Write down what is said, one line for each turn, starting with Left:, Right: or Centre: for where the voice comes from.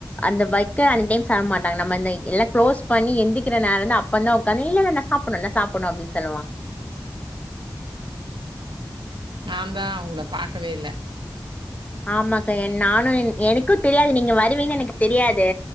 Left: அந்த வர்க அந்த டைம் சாப்ட மாட்டாங்க நம்ம எல்லாம் க்ளோஸ் பண்ணி எந்திரிக்கிற நேரம் தான் இரு அப்ப தான் உட்காந்து இல்லலை என்ன சாப்பிடணும் என்ன சாப்பிடணும் அப்படின்னு சொல்லுவான்
Right: நா தா உங்ல பாக்கவே இல்ல
Left: ஆமா அக்கா ஏ நானும் எனக்கு தெரியாது நீங்க வருவீங்கு எனக்கு தெரியாது